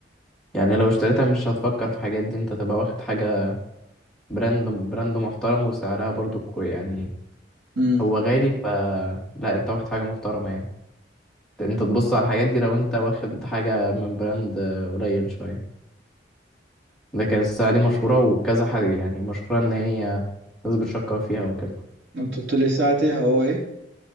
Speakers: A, in the centre; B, on the right.
A: يعني لو اشتريتها مش هتفكر في حاجات دي انت تبقى واخد حاجة براند براند محترم وسعرها برضو كوي يعني
B: امم
A: هو غالي ف لا انت واخد حاجة محترمة يعني انت تبص على الحاجات دي لو انت واخد حاجة من براند آه، قليل شوية لكن الساعة دي مشهورة وكذا حد يعني مشهورة إن هي ناس بتشكر فيها وكده
B: انت قلت لي ساعة ايه هو ايه؟